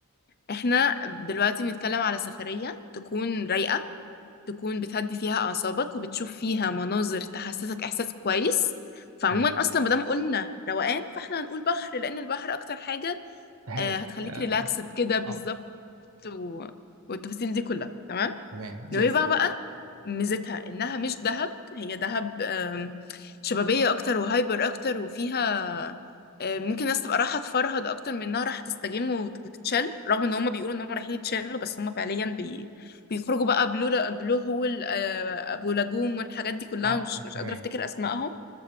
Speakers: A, on the left; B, on the right.
A: إحنا دلوقتي بنتكلم على سفرية تكون رايقة تكون بتهدي فيها أعصابك وبتشوف فيها مناظر تحسسك إحساس كويس فعموما
B: تمام
A: أصلا مادام قلنا روقان فاحنا هنقول بحر لأن البحر أكتر حاجة
B: هادي
A: آه، هتخليك
B: آه،
A: ريلاكسد كده
B: آه،
A: بالظبط و... والتفاصيل دي كلها تمام
B: تمام زي
A: نويبع
B: الفل
A: بقى ميزتها انها مش دهب هي دهب آم، شبابية اكتر وهايبر اكتر وفيها آم، ممكن الناس تبقى رايحة تفرهد اكتر من انها رايحة تستجم وت- وتتشل رغم ان هم بيقولوا ان هم رايحين يتشلوا بس هم فعليا بي... بيخرجوا بقى بلو بلو هول آه، ابو لاجوم والحاجات دي كلها
B: اه آه،
A: مش مش
B: تمام
A: قادرة افتكر اسمائهم